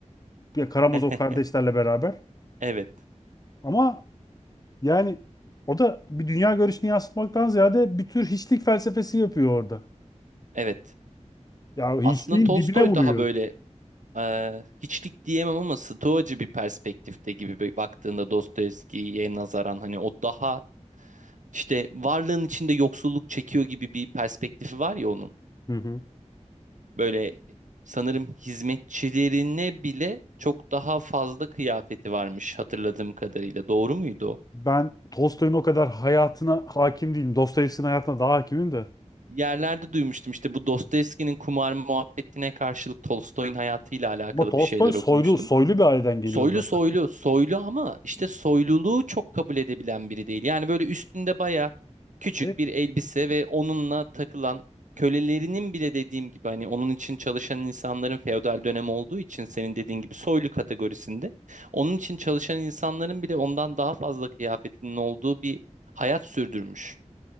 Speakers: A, on the left (about 30°); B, on the right (about 80°).
A: Ya Karamazov
B: <laughs>
A: kardeşlerle beraber.
B: Evet.
A: Ama yani o da bir dünya görüşünü yansıtmaktan ziyade bir tür hiçlik felsefesi yapıyor orada.
B: Evet.
A: Ya hiçliğin
B: Aslında Tolstoy
A: dibine vuruyor.
B: daha böyle Eee, hiçlik diyemem ama Stoacı bir perspektifte gibi bir- baktığında Dostoyevski'ye nazaran hani o daha işte varlığın içinde yoksulluk çekiyor gibi bir perspektifi var ya onun.
A: Hı hı.
B: Böyle sanırım hizmetçilerine bile çok daha fazla kıyafeti varmış hatırladığım kadarıyla. Doğru muydu o?
A: Ben Tolstoy'un o kadar hayatına hakim değilim. Dostoyevski'nin hayatına daha hakimim de.
B: Yerlerde duymuştum işte bu Dostoyevski'nin kumar muhabbetine karşılık Tolstoy'un hayatıyla alakalı
A: Ama Tolstoy
B: bir şeyler
A: soylu,
B: okumuştum.
A: soylu bir aileden geliyor
B: Soylu
A: zaten.
B: soylu soylu ama işte soyluluğu çok kabul edebilen biri değil. Yani böyle üstünde baya küçük
A: E,
B: bir elbise ve onunla takılan kölelerinin bile dediğim gibi hani onun için çalışan insanların feodal dönem olduğu için senin dediğin gibi soylu kategorisinde onun için çalışan insanların bile ondan daha fazla kıyafetinin olduğu bir hayat sürdürmüş.